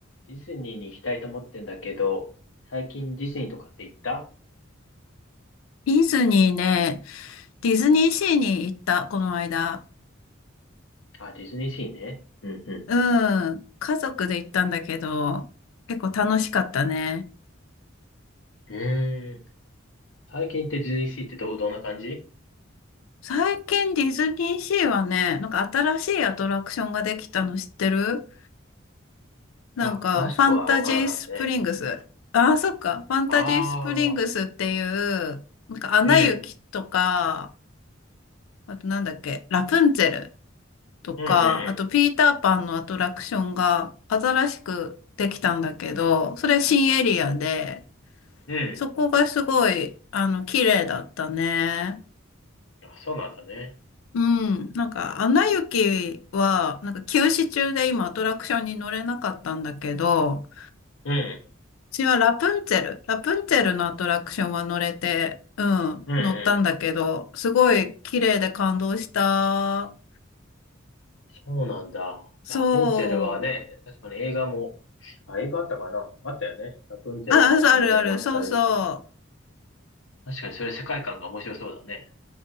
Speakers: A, on the left; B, on the left.
A: ディズニーに行きたいと思ってんだけど、最近ディズニーとかって行った
B: ディズニーね、ディズニーシーに行った、この間。
A: あ、ディズニーシーね。うんう
B: うん。家族で行ったんだけど、結構楽しかったね。
A: ん。うーん。最近行ってディズニーシーってどう、どんな感じ
B: 最近ディズニーシーはね、なんか新しいアトラクションができたの知ってる
A: あ、
B: なんか、
A: 詳しくはわからないね。
B: ファンタジースプリングス。ああ、そっか。ファンタジースプリングスっていう、
A: ああ、
B: なんか、アナ雪とか、
A: うん、
B: あとなんだっけ、ラプンツェル。とか、
A: うんうん
B: あとピーターパンのアトラクションが新しくできたんだけど、それ新エリアで、
A: うん。う
B: そこがすごい、あの、綺麗だったね。
A: ん。あ、そうなんだね。
B: うん。なんか、アナ雪は、なんか休止中で今アトラクションに乗れなかったんだけど、う
A: うん、
B: ちはラプンツェル、ラプンツェルのアトラクションは乗れて、うん、
A: うんうん。
B: 乗ったんだけど、すごい綺麗で感動した。
A: そうなんだ。
B: そう。
A: ラプンツェルはね、確かに映画も、あ、映画あったかなあったよね。ラプンツェルの映画もあったりして。
B: あ、そうあるある、そうそう。
A: 確かにそれ世界観が面白そうだね。